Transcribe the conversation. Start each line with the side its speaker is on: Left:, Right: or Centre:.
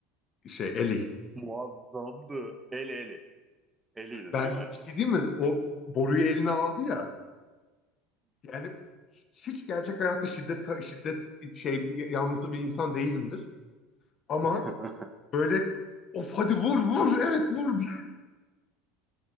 Left: şey Ellie.
Right: Muazzamdı. eli eli. Elliydi
Left: Ben
Right: değil mi?
Left: bir şey diyeyim mi? O boruyu eline aldı ya. Yani hiç gerçek hayatta şiddet ka- şiddet şey bir- yanlısı bir insan değilimdir. Ama
Right: <laughs>
Left: böyle of hadi vur vur evet vur diye.